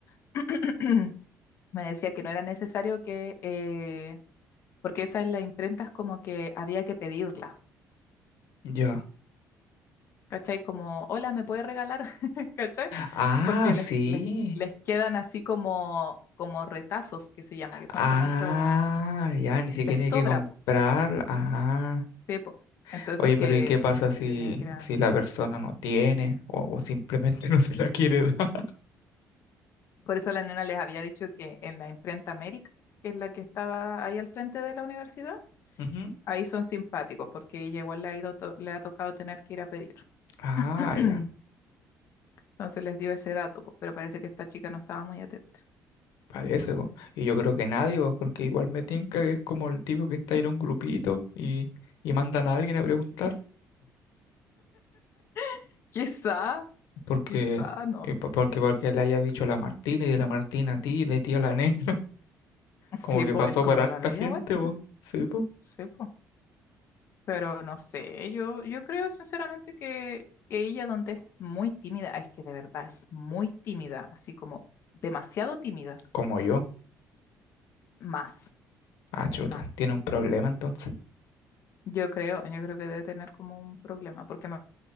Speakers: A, on the left (about 45°); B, on the left (about 80°).
A: <laughs> <clears throat> Me decía que no era necesario que, eh, porque esa en las imprentas como que había que pedirla,
B: Ya.
A: ¿cachai? Como, hola, ¿me puede regalar? <laughs> ¿Cachai?
B: Ah,
A: Porque
B: sí.
A: les, les, les quedan así como, como retazos que se llama, que son
B: Ah,
A: como estos,
B: ya, ni siquiera
A: les sobra,
B: hay que comprar.
A: po,
B: Ah.
A: sí, po. Entonces
B: Oye,
A: que,
B: pero ¿y qué pasa si,
A: que tenía que ir a-
B: si la persona no tiene o, o simplemente <laughs> no se la quiere dar?
A: Por eso la nena les había dicho que en la imprenta América, que es la que estaba ahí al frente de la universidad,
B: Ujú.
A: Ahí son simpáticos porque ella igual le ha ido to- le ha tocado tener que ir a pedir.
B: Ah,
A: <clears throat>
B: ya.
A: Entonces les dio ese dato, po, pero parece que esta chica no estaba muy atenta.
B: Parece, po. Y yo creo que nadie, po, porque igual me tinca que es como el tipo que está en un grupito y, y mandan a alguien a preguntar
A: <laughs> Quizá,
B: porque,
A: quizá, no
B: y
A: sé.
B: po- porque, porque le haya dicho la Martina y de la Martina a ti, de ti a la Nena.
A: Sí,
B: Como que
A: pues
B: pasó
A: es como
B: por harta
A: la media
B: gente,
A: vuelta.
B: vos. Sí, vos.
A: Sí, pues. Pero no sé, yo, yo creo sinceramente que, que ella donde es muy tímida, es que de verdad es muy tímida, así como demasiado tímida,
B: Como yo.
A: más,
B: Ah, chuta.
A: más.
B: Tiene un problema entonces.
A: Yo creo, yo creo que debe tener como un problema, porque mi